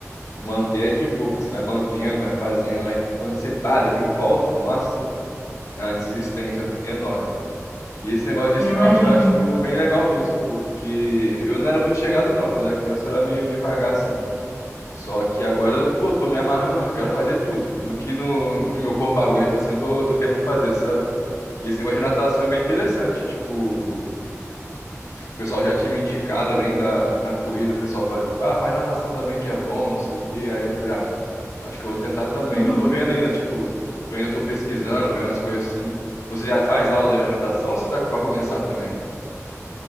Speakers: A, on the left; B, on the left.
A: O manter é de boa, porque você vai mantendo, vai fazendo, vai. Quando você para e volta, nossa, é uma desistência enorme. E esse negócio de
B: É
A: esporte
B: maneiro.
A: eu acho bem legal mesmo, porque eu não era muito chegado, não. Quando eu era criança, eu era meio devagar assim. Só que agora, pô, tô me amarrando muito, quero fazer tudo. Tudo que, no, que meu corpo aguenta, assim, eu tô, tô querendo fazer, sabe? E esse negócio de natação é bem interessante, tipo, tipo, o pessoal já tinha me indicado, além da, da corrida, o pessoal faz, tipo, ah, faz natação também que é bom, não sei o quê. Aí eu falei, ah, acho que eu vou tentar também.
B: <laughs>
A: Eu tô vendo ainda, tipo, eu ainda tô pesquisando, vendo as coisas assim. Você já faz aula já de natação ou você tá pra começar também?